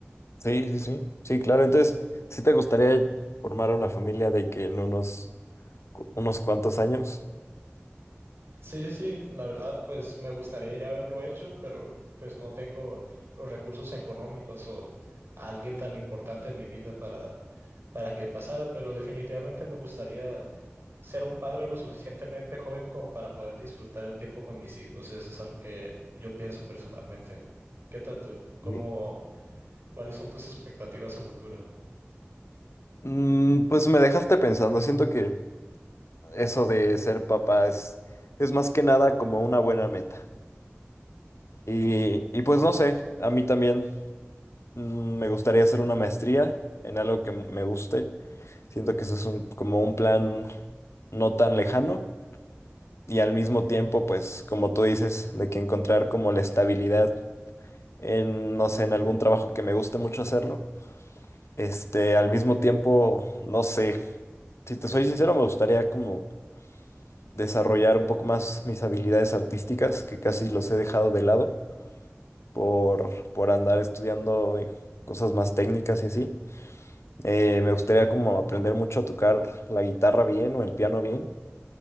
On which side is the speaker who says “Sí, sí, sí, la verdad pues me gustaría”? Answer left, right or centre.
Right